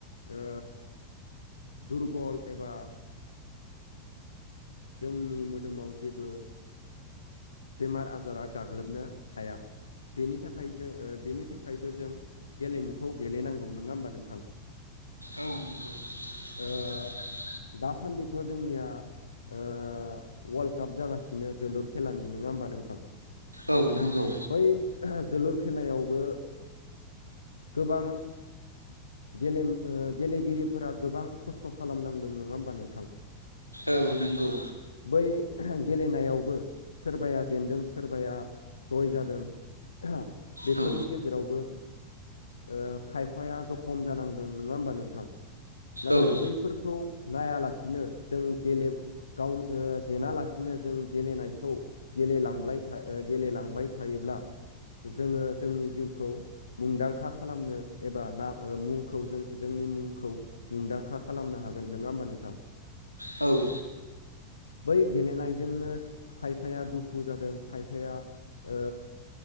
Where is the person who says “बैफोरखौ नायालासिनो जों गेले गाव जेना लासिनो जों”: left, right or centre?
Left